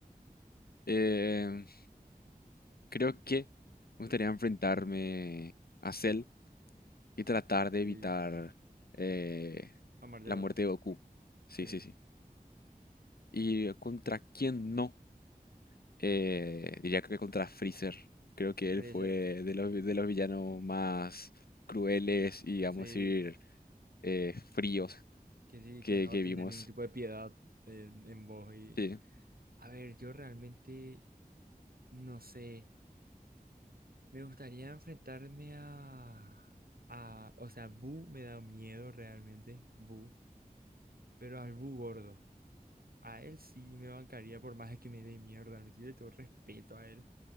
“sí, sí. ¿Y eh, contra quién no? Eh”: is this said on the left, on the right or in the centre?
Left